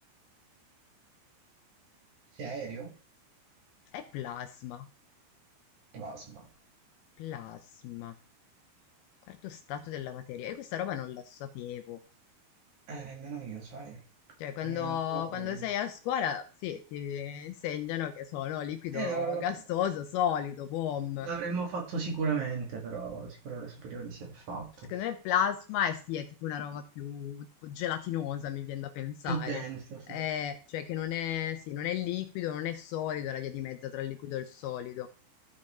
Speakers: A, on the right (about 55°); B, on the left (about 80°).
A: Sì, aereo?
B: È plasma,
A: Plasma.
B: plasma, quarto stato della materia. E questa roba non la sapevo.
A: Eh, nemmeno io, sai.
B: Cioè, quando,
A: Mi mancava proprio.
B: quando sei a scuola, sì, ti insegnano che sono liquido
A: Eh, no, la-
B: gassoso, solido, boom.
A: l'avremmo fatto sicuramente, però sicuro alle superiori si è fatto.
B: Secondo me plasma è sì, è tipo una roba più tipo gelatinosa, mi viene da pensare.
A: Più denso, sì.
B: Eh, cioè che non è, sì, non è liquido, non è solido, è la via di mezzo tra il liquido e il solido.